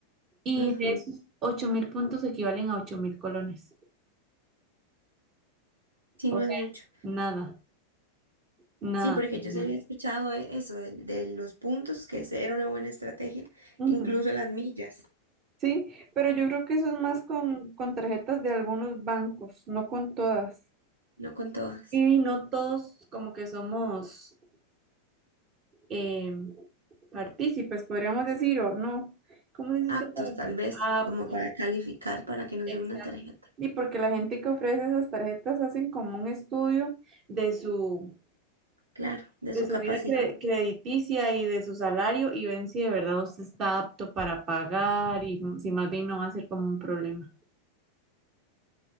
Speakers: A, on the right; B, on the right.
A: Y
B: Ujú.
A: de esos ocho mil puntos equivalen a ocho mil colones,
B: Si
A: o
B: no
A: sea,
B: es mucho.
A: nada, nada.
B: Sí, porque
A: nada.
B: yo sí había escuchado e- eso, el de los puntos, que ese era una buena estrategia,
A: Ujú.
B: incluso las millas,
A: Sí, pero yo creo que eso es más con, con tarjetas de algunos bancos, no con todas.
B: no con todas.
A: Y no todos como que somos eh, Partícipes, podríamos decir, o no. ¿Cómo se dice
B: Aptos,
A: esta palabra?
B: tal vez,
A: aptos.
B: como para calificar, para que nos
A: Exacto.
B: dé una tarjeta.
A: Y porque la gente que ofrece esas tarjetas hacen como un estudio de su,
B: Claro, de
A: De
B: su
A: su
B: capacidad.
A: vida cre- crediticia y de su salario y ven si de verdad usted está apto para pagar y si más bien no va a ser como un problema.